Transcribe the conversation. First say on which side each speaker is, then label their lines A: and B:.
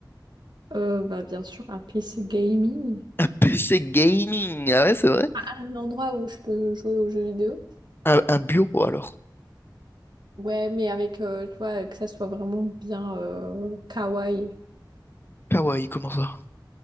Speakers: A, on the right; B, on the left.
A: Euh, bah, bien sûr, un PC gaming.
B: PC gaming, ah ouais, c'est vrai?
A: Ah, Un endroit où je peux jouer aux jeux vidéo.
B: Un, un bureau alors.
A: Ouais, mais avec, euh, tu vois, que ça soit vraiment bien euh, kawaii.
B: Ah ouais, comment ça?